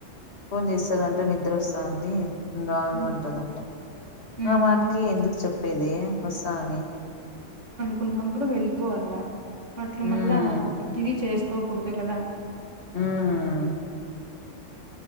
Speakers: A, on the left (about 60°); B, on the right (about 70°).
A: ఫోన్ చేస్తాదంట నిద్రొస్తాంది రాను
B: హ్మ్.
A: అంటదంట
B: హ్మ్.
A: ఆ మాటకి
B: హ్మ్.
A: ఎందుకు చెప్పేది వస్తా అని
B: కున్నప్పుడు వెలిపోవాల అట్ల
A: మ్మ్
B: మళ్ళా <inaudible> ది చేస్ కోకూడదు కదా
A: మ్మ్